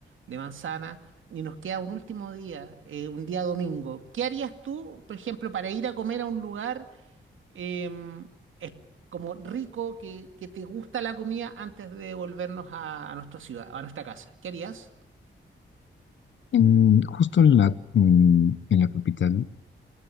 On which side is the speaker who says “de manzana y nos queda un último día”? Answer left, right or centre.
Right